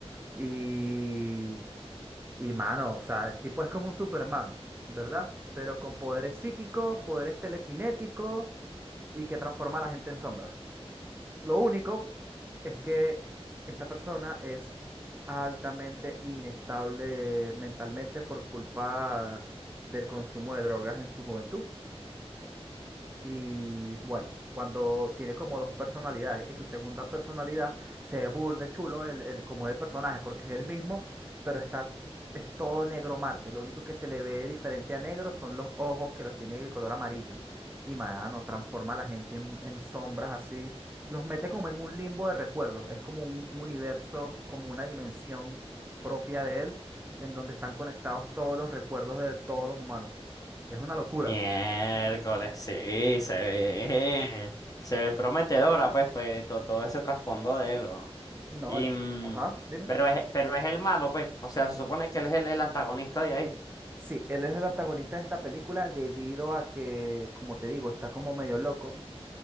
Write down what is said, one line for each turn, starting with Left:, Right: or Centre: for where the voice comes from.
Right: Y, y mano, o sea, el tipo es como un Superman, ¿verdad? Pero con poderes psíquicos, poderes telequinéticos y que transforma a la gente en sombra. Lo único es que esta persona es altamente inestable mentalmente por culpa del consumo de drogas en su juventud. Y bueno, cuando tiene como dos personalidades y su segunda personalidad se ve burde chulo el, el- como el personaje, porque es el mismo, pero está, es todo negro mate. Lo único que se le ve diferente a negro son los ojos que los tiene de color amarillo. Y mano, transforma a la gente en, en sombras así. Los mete como en un limbo de recuerdos. Es como un universo, como una dimensión propia de él, en donde están conectados todos los recuerdos de todos los humanos. Es una locura.
Left: Miércoles, sí, se ve, se ve prometedora, pues, pues, to- todo, ese trasfondo de él, ¿no?
Right: No,
Left: Y,
Right: el-
Left: mm,
Right: ajá, dime.
Left: pero es, pero es el malo, pues, o sea, se supone que él es el, el antagonista de ahí.
Right: Sí, él es el antagonista de esta película debido a que, como te digo, está como medio loco